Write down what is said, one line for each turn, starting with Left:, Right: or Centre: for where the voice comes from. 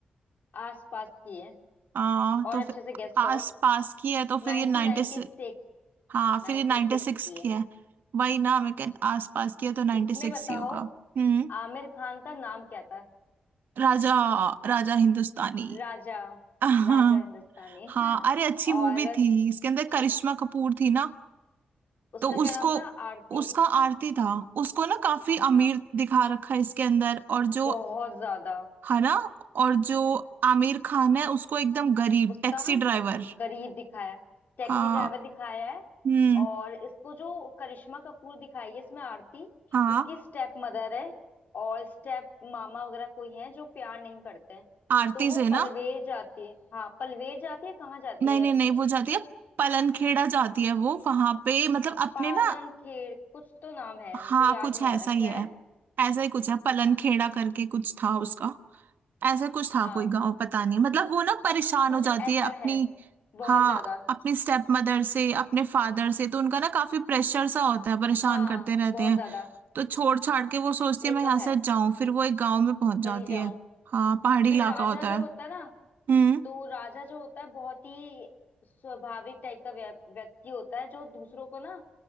Left: आसपास की है
Right: आ,
Left: और
Right: तो
Left: अच्छे
Right: फिर
Left: से गेस
Right: आस
Left: करो
Right: पास की है तो फिर
Left: 1996
Right: ये नाइन्टी हाँ
Left: 96
Right: फिर ये नाइन्टी सिक्स
Left: की
Right: की
Left: है
Right: है वही ना मैं कह आस पास की है तो नाइन्टी
Left: इसमें
Right: सिक्स
Left: बताओ
Right: ही होगा हम्म
Left: आमिर खान का नाम क्या था
Right: राजा राजा हिंदुस्तानी
Left: राजा
Right: <laughs>
Left: राजा हिंदुस्तानी
Right: हाँ
Left: <laughs>
Right: अरे अच्छी मूवी
Left: और
Right: थी इसके अंदर करिश्मा कपूर थी ना
Left: उसका
Right: तो
Left: क्या
Right: उसको
Left: नाम था आरती
Right: उसका आरती था उसको ना काफी अमीर
Left: हाँ
Right: दिखा रखा है इसके अंदर और जो
Left: बहुत ज्यादा
Right: है ना और जो आमिर खान है उसको एकदम गरीब
Left: उसका
Right: टैक्सी ड्राइवर
Left: गरीब दिखाया टैक्सी
Right: हाँ
Left: ड्राइवर दिखाया है
Right: हम्म
Left: और इसको जो करिश्मा कपूर दिखाई है इसमें आरती
Right: हाँ
Left: इसकी स्टेप मदर है और स्टेप मामा वगैरह कोई हैं जो प्यार नहीं करते हैं
Right: आरती
Left: तो वो
Right: से ना
Left: पलवेर जाती है हाँ पलवेर जाती है कहाँ जाती
Right: नहीं
Left: है
Right: नहीं नहीं वो जाती
Left: कुछ
Right: है पलनखेड़ा जाती है वो वहां पे मतलब अपने
Left: पालम
Right: ना
Left: खेर कुछ तो नाम है
Right: हाँ
Left: मुझे याद
Right: कुछ
Left: नहीं
Right: ऐसा
Left: आ रहा क्या
Right: ही है
Left: है
Right: ऐसा ही कुछ है पलनखेड़ा करके कुछ था उसका ऐसा कुछ था
Left: हाँ
Right: कोई गांव पता नहीं मतलब वो ना परेशान
Left: कुछ
Right: हो जाती
Left: ऐसा
Right: है अपनी
Left: है बहुत
Right: हाँ
Left: ज्यादा
Right: अपनी स्टेप मदर से अपने फादर से तो उनका ना काफी प्रेशर सा होता है परेशान
Left: हाँ
Right: करते रहते
Left: बहुत
Right: हैं
Left: ज्यादा
Right: तो छोड़ छाड़ के वो सोचती
Left: ये
Right: है मैं
Left: तो
Right: यहाँ
Left: है
Right: से जाऊं फिर वो एक गांव में पहुंच जाती
Left: चली जाऊं
Right: है हाँ पहाड़ी
Left: फिर
Right: इलाका
Left: राजा
Right: होता
Left: जो
Right: है
Left: होता है ना
Right: हम्म
Left: तो राजा जो होता है बहुत ही स्वाभाविक टाइप का व्य- व्यक्ति होता है जो दूसरों को ना